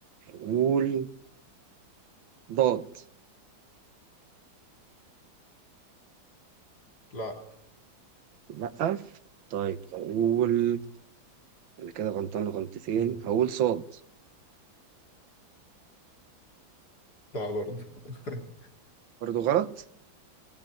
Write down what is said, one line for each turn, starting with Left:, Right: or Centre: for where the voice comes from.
Right: أقول ضاد
Left: لا
Right: لأ طيب أقول أنا كده غلطان غلطتين
Left: مم.
Right: هقول صاد
Left: لا برضه <laughs>
Right: برضه غلط